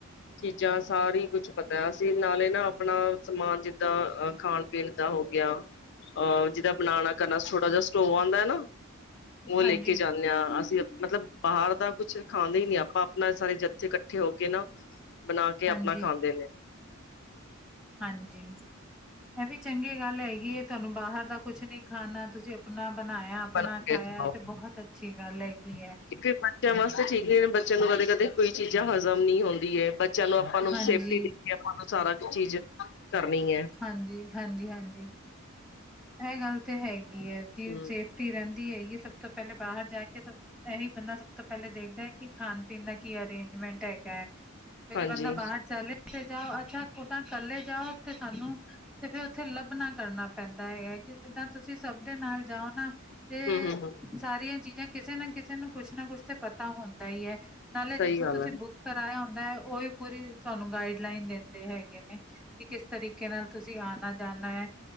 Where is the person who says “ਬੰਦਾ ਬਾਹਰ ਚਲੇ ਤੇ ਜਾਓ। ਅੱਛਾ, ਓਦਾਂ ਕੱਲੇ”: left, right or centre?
Centre